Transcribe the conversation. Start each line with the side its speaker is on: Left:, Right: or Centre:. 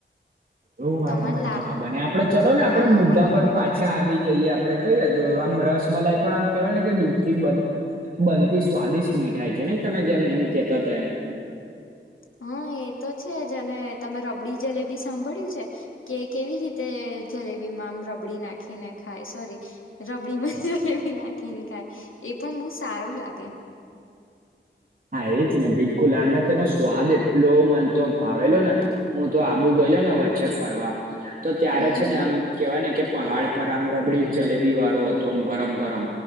Right: તો હાઈ
Left: તમારે
Right: મને તો ખબર આપડે ચલો ને
Left: લાવવાનું
Right: આપડે મુદ્દા
Left: ના
Right: પર
Left: હોય
Right: પાછા આવી જઈએ આપડે કઈ દ આમ રસમલાઈ પણ આમ કેહેવાય ને કે દૂધ થી બને. બનતી સ્વાદિષ્ટ મીઠાઈ છે નહી તમે જેમ એમ કેતા હતા એમ.
Left: હા એ તો છે જ અને તમે રબડી જલેબી સાંભળ્યું છે કે. કેવી રીતે જલેબી માં આમ રબડી નાખીને. ખાય સોરી રબડી મજ ભી નાખીને ખાય એ પણ બહુ સારું લાગે.
Right: હા એજ ને બિલકુલ આને તેનો સ્વાદ એટલો મને તો ભાવેલો ને. હું તો આબુ ગયલો ને વચ્ચે ફરવા તો ત્યારે
Left: હમ
Right: છે
Left: હમ
Right: ને આમ. કેવાય ને કે પહડ પર આમ રબડી જ જલેબી વાળો હતો આમ ગરમ ગરમ.